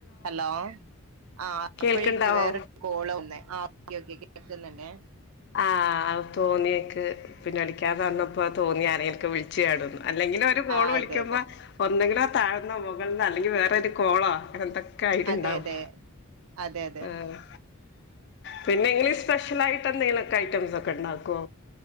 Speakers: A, on the right (about 75°); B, on the left (about 50°).
A: Hello ആഹ്
B: കേൾക്ക്ണ്ടാവോ
A: അപ്പഴേക്ക് വേറൊരു കോള് വന്ന് ആ ഓ ഓക്കെ കേൾക്കുന്നിണ്ടേ
B: ആഹ് അത് തോന്നിയക്ക്, പിന്നെ അടിക്കാന്ന് പറഞ്ഞപ്പോ തോന്നി ആരെങ്കിലൊക്കെ വിളിച്ചേ <unintelligible> അല്ലെങ്കില് ഒരു കോള്
A: ആ
B: വിളിക്കുമ്പോ
A: അതെ അതെ അതെ
B: ഒന്നെങ്കിലും താഴ്ന്ന മുകളന്നാ അല്ലെങ്കി വേറൊരു കോളോ അങ്ങനെന്ത ഒക്കെ ആയിട്ടുണ്ടാവും
A: അതെ അതെ അതെ അതെ
B: ആഹ് പിന്നെ ഇങ്ങള് സ്പെഷ്യൽ ആയിട്ട് എന്തെങ്കിലൊക്കെ ഐറ്റംസ് ഒക്കെ ഇണ്ടാക്കോ?